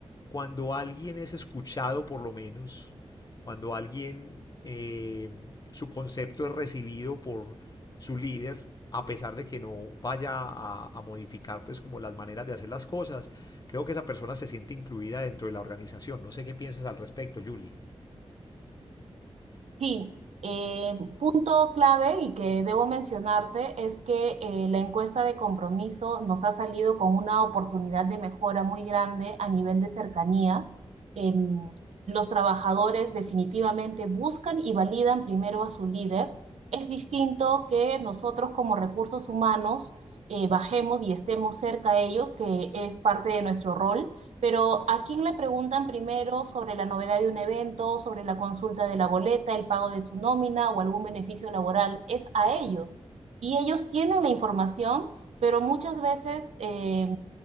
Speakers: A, on the left; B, on the right.
A: cuando alguien es escuchado, por lo menos, cuando alguien eh, su concepto es recibido por su líder, a pesar de que no vaya a, a, modificar pues como las maneras de hacer las cosas, creo que esa persona se siente incluida dentro de la organización. No sé qué piensas al respecto, Julie.
B: Sí, eh, punto clave y que debo mencionarte es que eh, la encuesta de compromiso nos ha salido con una oportunidad de mejora muy grande a nivel de cercanía. Em, los trabajadores definitivamente buscan y validan primero a su líder. Es distinto que nosotros como recursos humanos eh, bajemos y estemos cerca a ellos, que es parte de nuestro rol pero ¿a quién le preguntan primero sobre la novedad de un evento, sobre la consulta de la boleta, el pago de su nómina o algún beneficio laboral? Es a ellos. Y ellos tienen la información, pero muchas veces eh,